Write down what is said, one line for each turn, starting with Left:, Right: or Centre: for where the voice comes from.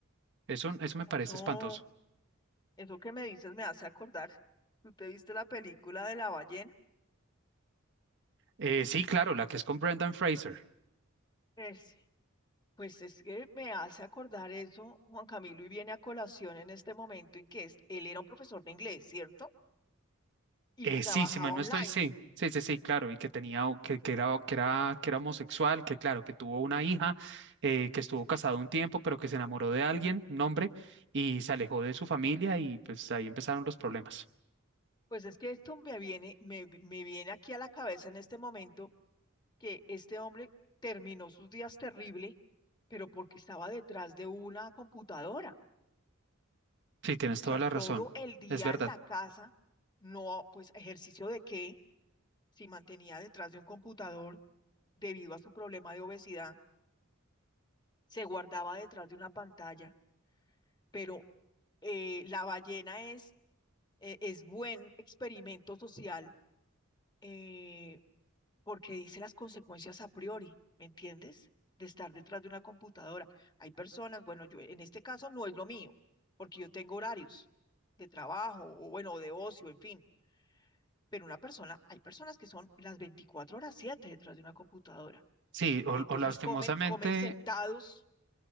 Right: Eso, eso me parece
Left: Eso,
Right: espantoso.
Left: eso que me dices me hace acordar. ¿Tú te viste la película de la ballena?
Right: Eh, sí, claro, la que es con Brendan Fraser.
Left: Es- pues es que me hace acordar eso, Juan Camilo, y viene a colación en este momento en que es- él era un profesor de inglés, ¿cierto? Y
Right: Eh,
Left: trabajaba
Right: sí, si mal no
Left: online.
Right: estoy, sí, sí, sí, sí, claro, y que tenía, o- que, que era, que era, que era homosexual, que claro, que tuvo una hija, eh, que estuvo casado un tiempo, pero que se enamoró de alguien, un hombre, y se alejó de su familia y pues ahí empezaron los problemas.
Left: Pues es que esto me viene, me, me viene aquí a la cabeza en este momento que este hombre terminó sus días terrible, pero porque estaba detrás de una computadora.
Right: Sí, tienes toda
Left: O sea,
Right: la razón,
Left: todo el día
Right: es verdad.
Left: en la casa, no, pues ejercicio de qué, si mantenía detrás de un computador debido a su problema de obesidad, se guardaba detrás de una pantalla, pero eh, la ballena es, eh, es buen experimento social. eh, porque dice las consecuencias a priori, ¿me entiendes? De estar detrás de una computadora. Hay personas, bueno, yo en este caso no es lo mío, porque yo tengo horarios de trabajo o bueno, de ocio, en fin, pero una persona, hay personas que son las 24 horas 7 detrás de una computadora
Right: Sí, o,
Left: y entonces
Right: o lastimosamente,
Left: comen, comen sentados,